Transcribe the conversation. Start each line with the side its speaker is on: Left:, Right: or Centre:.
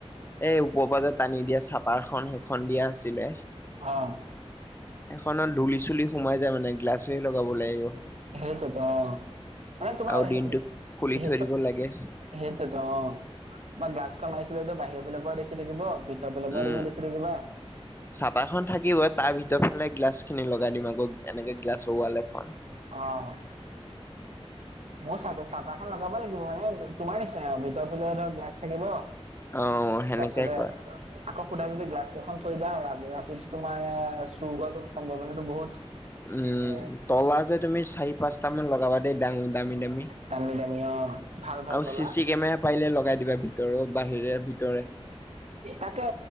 Left: এই কবাজত টানি দিয়া চাপাৰখন সেইখন দিয়া আছিলে।
Right: অ
Left: এখনত ধূুলি চুলি সোমাই যায় মানে গ্লাছ হৈ লগাব লাগিব।
Right: সেইটোতো অ', মানে তোমাৰ,
Left: আৰু দিনটোক খুলি
Right: সটো
Left: থৈ দিব লাগে
Right: সেইটোতো অ' বাৰ গ্লাছখন মাৰিছিলেতো বাহিৰ বিলাক দেখি থাকিব। ভিতৰ ফালৰ পৰা
Left: উম,
Right: তুমি দেখি থাকিবা।
Left: চপা খন থাকিব তাৰ ভিতৰ ফালে গ্লাছ খিনি লগাই দিম আৰু। এনেকে গ্লাছৰ ৱাল এখন।
Right: অ। মোৰ চ চা এখন লগাব লাগিব মানে তোমাৰ নিচিনা ভিতৰ ফালে ধৰ গেছ থাকিব।
Left: অ' সেনেকাই
Right: তাৰপিছতে
Left: কৰে।
Right: আকৌ সুদাই যদি গছ কেইখন থৈ দিওঁ ৰাতিটো তোমাৰ চুৰ কৰোৱাটো সম্ভাৱনাটো বহুত
Left: উম
Right: এ
Left: তলা যে তুমি চাৰি পাঁচটা মান লগাবা দেই দাামো দামি দামী।
Right: দামি দামি অ' ভাল ভাল
Left: আৰু
Right: তলা।
Left: চি চি কেমেৰা পাৰিলে লগাই দিবা ভিতৰত বাহিৰে ভিতৰে।
Right: তাকে